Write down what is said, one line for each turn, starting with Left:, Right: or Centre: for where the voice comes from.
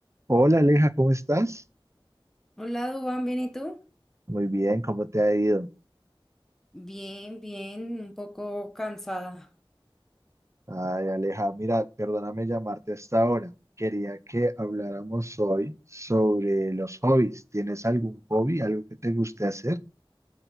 Right: Hola Aleja, ¿cómo estás?
Centre: Hola, Dubán, ¿bien y tú?
Right: Muy bien, ¿cómo te ha ido?
Centre: Bien, bien, un poco cansada.
Right: Ay, Aleja, mira, perdóname llamarte hasta ahora. Quería que habláramos hoy sobre los hobbies. ¿Tienes algún hobby, algo que te guste hacer?